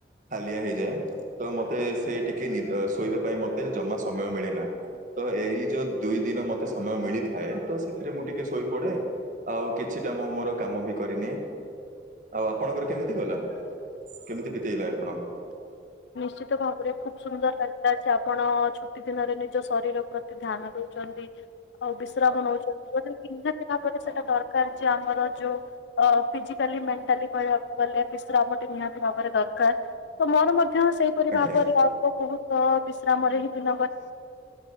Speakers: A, on the right (about 45°); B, on the left (about 85°).
A: ହାଲିଆ ହେଇଯାଏ, ତ ମତେ ସେ ଟିକେ ନିଦ ଶୋଇବା ପାଇଁ ମତେ ଜମା ସମୟ ମିଳେନା। ତ ଏଇ ଯୋଉ ଦୁଇ ଦିନ ମତେ ସମୟ ମିଳିଥାଏ ତ ସେଥିରେ ମୁଁ ଟିକି କେ ଶୋଇପଡେ ଆଉ କିଛିଟା ମୁଁ ମୋର କାମ ବି କରିନିଏ। ଆଉ ଆପଣଙ୍କର କେମିତି ଗଲା କେମିତି ବିତେଇଲେ ଆପଣ?
B: ନିଶ୍ଚିତ ଭାବରେ ଖୁବ୍ ସୁନ୍ଦର ଲାଗିଲା ଚାପ୍ ପଣ-ଅ ଛୁଟି ଦିନରେ ନିଜ ଶରୀର ପ୍ରତି ଧ୍ୟାନ ଦୋଉଚନ୍ତି। ଆଉ ବିଶ୍ରାମ ନୋଉଛନି <unintelligible> ପରେ। ସେଟା ଦରକାର ଯେ ଆମର ଯୋଉ ଅ-ଫିଜିକାଲି ମେଣ୍ଟାଲି କହିବାକୁ ଗଲେ ବିଶ୍ରାମ ଟେ ନିହାତି ଭାବରେ ଦରକାର୍ ତ ମୋର ମଧ୍ୟ ସେଇପରି
A: ଆଜ୍ଞା
B: ଭାବରେ ଅଳ୍ପ ବହୁତ-ଅ ବିଶ୍ରାମରେ ହିଁ ଦିନ